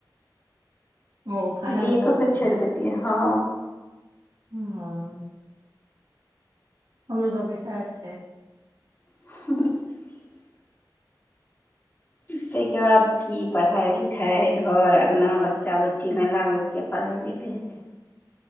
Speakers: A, on the right; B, on the left.
A: ओ फाइनल
B: बीए
A: भऽ
B: कऽ
A: गेल छै।
B: के छेड़ देलियै, हँ।
A: ह। हमरो सबके सैह छै।
B: <unintelligible> ताहिके बाद की पढ़ाई -लिखाइ, घर- अँगना, बच्चा -बुच्चीमे लागू, कि पढ़ाइ लिखाइ हेतै।